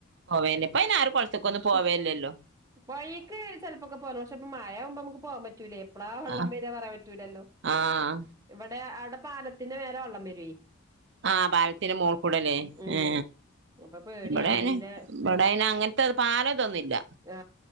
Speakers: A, on the right; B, on the right.
A: പോവേല്ലെ ഇപ്പോ അയിന് ആരും കൊളത്തേക്കൊന്നും പോവല്ലല്ലോ
B: പോഴേക്ക് ചെലപ്പോക്കെ പോക പക്ഷെ ഇപ്പം മഴ കുമ്പോ അമക്ക് പോവാൻ പറ്റൂലെ എപ്പളാ വെള്ളം
A: ആഹ്
B: വരാ പറയാൻ പറ്റൂ
A: ആഹ്
B: <unintelligible> ഇവടെ അടെ പാലത്തിന് മേലെ വെള്ളം വരൂ
A: ആ പാലത്തിന്റെ മോൾക്കൂടല്ലേ
B: ഉം
A: ഏ
B: അപ്പൊ പേടിയാ
A: ഇവടെ അയിന്
B: നല്ല
A: ഇവിടെ അയിന് അങ്ങനത്തെ പാലം തൊന്നും ഇല്ല
B: അ ആ